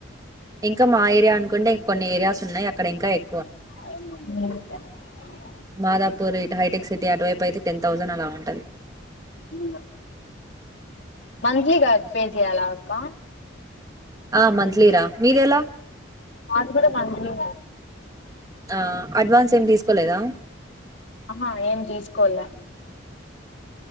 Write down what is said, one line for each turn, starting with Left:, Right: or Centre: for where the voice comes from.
Right: ఇంకా మా ఏరియా అనుకుంటే ఇంకొన్ని ఏరియాస్ ఉన్నాయి అక్కడ ఇంకా ఎక్.
Left: ఉమ్మ్.
Right: మాదాపూర్ ఇటు హైటెక్ సిటీ అటువైపు అయితే టెన్ థౌసండ్ అలా ఉంటాది.
Left: ఉమ్.
Right: <inaudible>
Left: మంత్లీగా పే చేయాల అక్క.
Right: ఆహ్ మంత్లీరా మీదెలా.
Left: మాది కూడా మంత్లీనే.
Right: ఆహ్ అడ్వాన్స్ ఏమి తీసుకోలేదా.
Left: ఆహ్ ఏం తీస్కోలె.